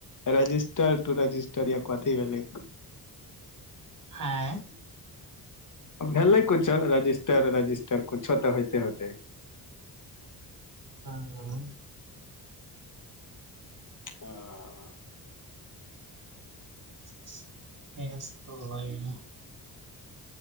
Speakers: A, on the left; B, on the right.
A: रजिस्ट टू रजिस्टर या कथी भेलै
B: हँय
A: भेलै कुछो रजिस्टर रजिस्टर कुछो तऽ होइते होते।
B: हँ।
A: हा
B: <inaudible> हेस कोय